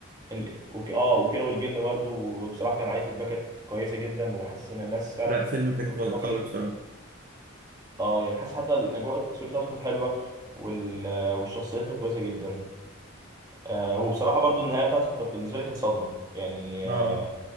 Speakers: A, on the right; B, on the right.
A: ال... وك... اه وكيرة والجن برضو بصراحه كان عارف الباكت كويسه جدا وحاسس ان الناس فعلا
B: لا فيلم كان
A: كانت
B: قوي
A: مبسوطه
B: قوي
A: منه
B: بصراحة
A: اه يعني حاسس حتى الاجواء التصوير بتاعته كانت حلوه وال... والشخصيات كانت كويسه جدا آه وبصراحه برضو النهايه بتاعته كانت بالنسبه لي كانت صدمه يعني
B: اه
A: آه